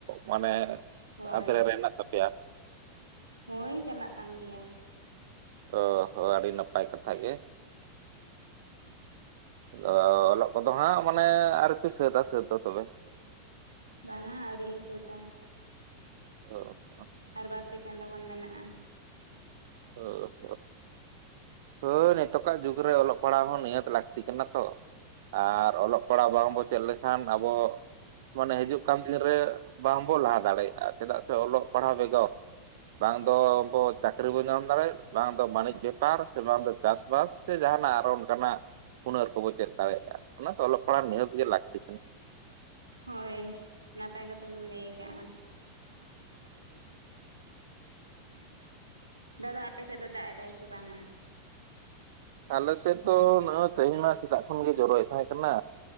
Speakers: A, on the right; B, on the right.
A: ᱢᱟᱱᱮᱼᱼ
B: ᱦᱳᱭ
A: ᱟᱛᱨᱮ ᱨᱮ ᱦᱮᱱᱟᱜ ᱛᱟᱯᱮᱭᱟᱼᱼ
B: ᱦᱳᱭ ᱪᱟᱞᱟᱜ ᱠᱟᱱ ᱜᱮᱭᱟ᱾
A: ᱚ ᱦᱚ ᱟᱹᱰᱤ ᱱᱟᱯᱟᱭ ᱠᱟᱛᱷᱟ ᱜᱮ᱾
B: <unintelligible>
A: ᱟᱫᱚ ᱚᱞᱚᱜ ᱠᱚᱫᱚ ᱦᱟᱸᱜ ᱢᱟᱱᱮ ᱟᱣᱨᱤᱯᱮ ᱥᱟᱹᱛᱟ ᱥᱟᱹᱛ ᱫᱚ ᱛᱚᱵᱮ ᱾
B: ᱵᱟᱝᱟ ᱟᱹᱣᱨᱤ ᱞᱮ ᱥᱟᱹᱛᱟ᱾
A: ᱦᱚ
B: ᱟᱨ ᱵᱟᱨ ᱯᱮ ᱪᱟᱸᱫᱚ ᱜᱟᱱ ᱢᱮᱱᱟᱜ-ᱟ᱾
A: ᱚ ᱦᱳᱭ ᱱᱤᱛᱚᱠᱟᱜ ᱡᱩᱜᱽ ᱨᱮ ᱚᱞᱚᱜ ᱯᱟᱲᱦᱟᱣ ᱦᱚᱸ ᱱᱤᱦᱟᱹᱛ ᱞᱟᱠᱛᱤ ᱠᱟᱱᱟ ᱛᱚ᱾ ᱟᱨ ᱚᱞᱚᱜ ᱯᱟᱲᱦᱟᱣ ᱵᱟᱝᱵᱚᱱ ᱪᱮᱫ ᱞᱮᱠᱷᱟᱱ ᱟᱵᱚ ᱢᱟᱱᱮ ᱦᱤᱡᱩᱜ ᱠᱟᱱ ᱫᱤᱱᱨᱮ ᱵᱟᱝ ᱵᱚ ᱞᱟᱦᱟ ᱫᱟᱲᱮᱭᱼᱟ ᱪᱮᱫᱟᱜ ᱥᱮ ᱚᱞᱚᱜ ᱯᱟᱲᱦᱟᱣ ᱵᱮᱜᱚᱨ ᱵᱟᱝ ᱫᱚ ᱵᱚ ᱪᱟᱹᱠᱨᱤ ᱵᱚᱱ ᱧᱟᱢ ᱫᱟᱲᱮᱭᱟᱜ ᱵᱟᱝ ᱫᱚ ᱵᱟᱹᱱᱤᱡᱽ ᱵᱮᱯᱟᱨ ᱵᱟᱝ ᱫᱚ ᱪᱟᱥ ᱵᱟᱥ ᱥᱮ ᱡᱟᱦᱟᱱᱟᱜ ᱟᱨᱚ ᱚᱱᱠᱟᱱᱟᱜ ᱦᱩᱱᱟᱹᱨ ᱠᱚᱵᱚ ᱪᱮᱫ ᱫᱟᱲᱮᱭᱟᱜᱼᱟ ᱚᱱᱟᱛᱮ ᱚᱞᱚᱜ ᱯᱟᱲᱦᱟᱜ ᱱᱤᱦᱟᱹᱛ ᱜᱮ ᱞᱟᱠᱛᱤ ᱠᱟᱱᱟ᱾
B: ᱦᱳᱭ ᱱᱟᱯᱟᱭ ᱠᱟᱛᱷᱟ ᱜᱮᱢ ᱞᱟᱹᱭ ᱠᱟᱜᱼᱟ᱾ ᱫᱟᱫᱟ ᱟᱯᱮ ᱥᱮᱫ ᱫᱚ ᱫᱟᱜ ᱮᱫᱟᱭ ᱥᱮ ᱵᱟᱝᱟ?
A: ᱟᱞᱮ ᱥᱮᱫ ᱫᱚ ᱱᱚᱜ-ᱚᱭ ᱛᱮᱦᱮᱧ ᱱᱟ ᱥᱮᱛᱟᱜ ᱠᱷᱚᱱᱜᱮ ᱡᱚᱨᱚᱭᱮᱫ ᱛᱟᱦᱮᱸ ᱠᱟᱱᱟ᱾